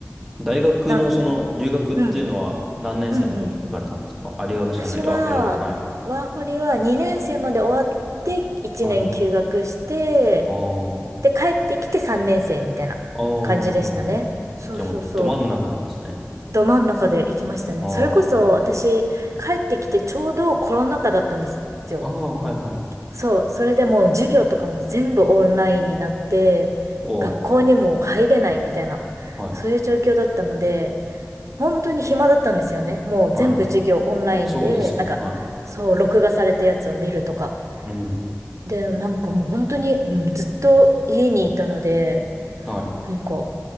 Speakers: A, in the centre; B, on the right.
A: 大学のその留学っていうのは何年生の時に行かれたんですかあ、
B: なん、うん、うんうん。
A: 留学じゃない。
B: 私は、
A: わ、これは。はい。
B: ワーホリは2年生まで終わって1年休学して、
A: はい。あー
B: で、帰ってきて3年生みたいな感じでしたね。
A: あー、あなるほど、なるほど。
B: そうそうそう。
A: じゃあもうど真ん中なんですね。
B: ど真ん中で行きましたね。
A: ああ、
B: それこそ私、帰ってきてちょうどコロナ禍だったんですよ。
A: ああ、はいはい。
B: そう、それでもう授業とかも全部オンラインになって、
A: おー
B: 学校にも入れないみたいな、
A: はい。
B: そういう状況だったので、本当に暇だったんですよね。もう全部授業オンラインで、
A: はい。そうですね。
B: なんか、
A: はい。
B: そう、録画されたやつを見るとか。
A: うん。
B: で、なんかもう本当に、うん、ずっと家にいたので、
A: はい。
B: なんか、